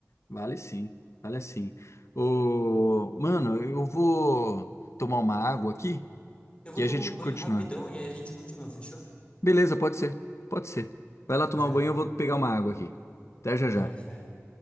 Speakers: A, on the left (about 60°); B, on the left (about 20°).
A: Vale sim, vale sim. Ô, mano, eu vou tomar uma água aqui
B: Eu vou
A: e a
B: tomar
A: gente
B: um banho
A: continua.
B: rapidão e aí a gente continua, fechou?
A: Beleza, pode ser, pode ser. Vai lá tomar
B: Já
A: um banho,
B: é, então.
A: eu vou pegar uma água aqui. Até já
B: Já
A: já.
B: é, já é.